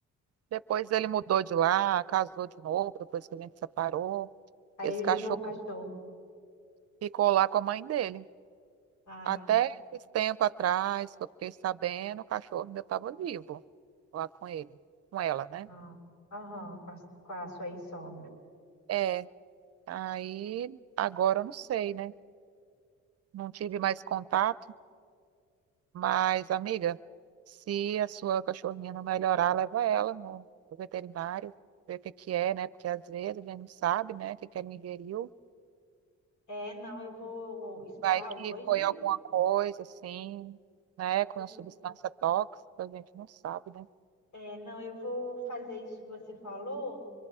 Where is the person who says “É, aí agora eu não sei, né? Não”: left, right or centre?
Right